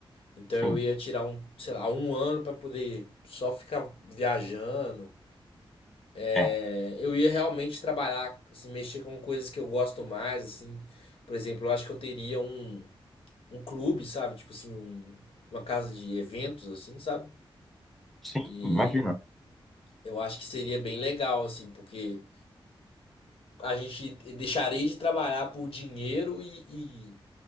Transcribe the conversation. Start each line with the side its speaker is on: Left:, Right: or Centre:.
Left: Então
Centre: sim.
Left: eu ia tirar um, sei lá, um ano pra poder só ficar viajando. É,
Centre: É,
Left: eu ia realmente trabalhar, assim, mexer com coisas que eu gosto mais, assim. Por exemplo, eu acho que eu teria um, um clube, sabe? Tipo assim, um, uma casa de eventos, assim, sabe?
Centre: sim,
Left: E
Centre: imagina.
Left: eu acho que seria bem legal, assim, porque a gente deixaria de trabalhar por dinheiro e,